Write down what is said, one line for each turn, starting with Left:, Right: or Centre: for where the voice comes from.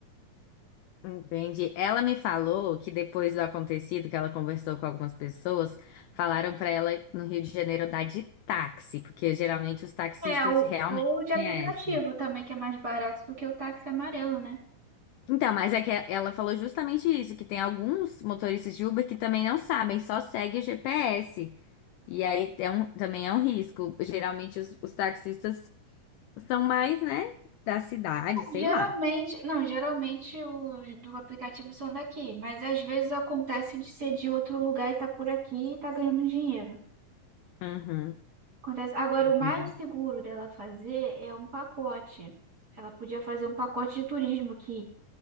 Left: Entendi. Ela me falou que depois do acontecido, que ela conversou com algumas pessoas, falaram pra ela no Rio de Janeiro dar de táxi, porque geralmente os taxistas
Right: É, o,
Left: realmente
Right: ou de aplicativo
Left: conhecem.
Right: também, que é mais barato do que o táxi amarelo, né?
Left: Então, mas é que ela falou justamente isso, que tem alguns motoristas de Uber que também não sabem, só segue o GPS. E aí é um- também é um risco. Geralmente os, os taxistas são mais, né, da cidade, sei
Right: Geralmente,
Left: lá.
Right: não, geralmente os do aplicativo são daqui, mas às vezes acontece de ser de outro lugar e tá por aqui e tá ganhando dinheiro.
Left: Uhum.
Right: Acontece. Agora, o mais
Left: Sim.
Right: seguro dela fazer é um pacote. Ela podia fazer um pacote de turismo, que